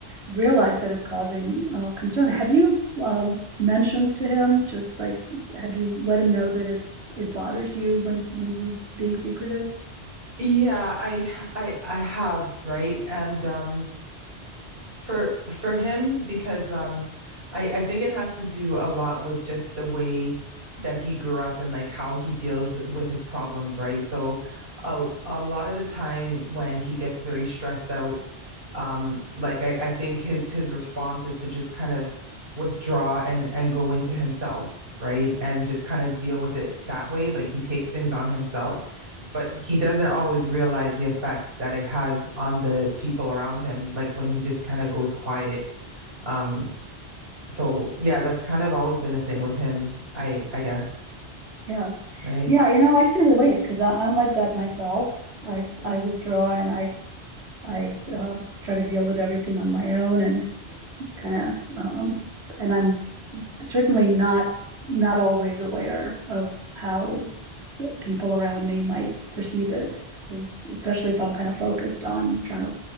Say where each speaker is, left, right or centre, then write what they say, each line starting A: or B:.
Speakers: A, on the right; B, on the right.
A: realize that it's causing uh, concern. Have you um, mentioned to him just like have you let him know that it it bothers you when when he's being secretive?
B: Yeah, I I I have, right? And um for for him because um I I think it has to do a lot with just the way that he grew up and like how he deals with his problems, right? So a a lot of the time when he gets very stressed out, um like I I think his his response is to just kind of withdraw and and go into himself, right? And just kind of deal with it that way, like he takes things on himself but he doesn't always realize the effect that it has on the people around him, like when he just kind of goes quiet. Um, so yeah, that's kind of always been a thing with him, I I guess,
A: Yeah,
B: right?
A: yeah. You know, I can relate because I'm like that myself. I I withdraw and I I uh, try to deal with everything on my own and kind of, um, and I'm certainly not not always aware of how people around me might perceive it, especially if I'm kind of focused on trying to